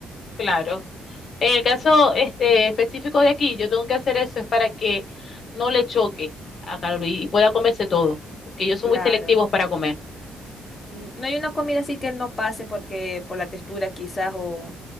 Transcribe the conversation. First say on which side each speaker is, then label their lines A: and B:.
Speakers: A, on the left; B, on the left.
A: claro. En el caso este, específico de aquí, yo tengo que hacer eso, es para que no le choque a Carlos y pueda comerse todo, porque ellos
B: Claro.
A: son muy selectivos para comer.
B: Mm, No hay una comida así que no pase porque, por la textura quizás o